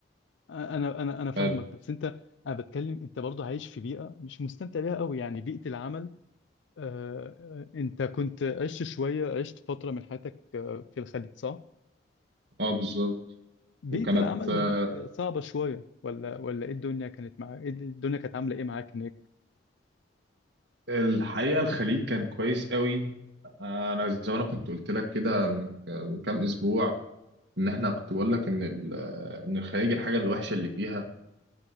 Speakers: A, on the left; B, on the right.
A: انا انا انا فاهمك
B: حلو
A: بس انت انا بتكلم انت برضه عايش في بيئه مش مستمتع بيها قوي يعني بيئه العمل آه، آه، انت كنت عشت شويه عشت فتره من حياتك آه، في الخليج صح؟
B: اه بالظبط
A: بيئه
B: وكانت
A: العمل
B: آه،
A: هناك صعبه شويه ولا ولا ايه الدنيا كانت معاك الدنيا كانت عامله ايه معاك هناك؟
B: الحقيقة الخليج كان كويس قوي آه، انا زي ما انا كنت قلت لك كده من ك- من كام اسبوع ان احنا كنت بقول لك ان ال- آه، ان الخليج الحاجة الوحشة اللي فيها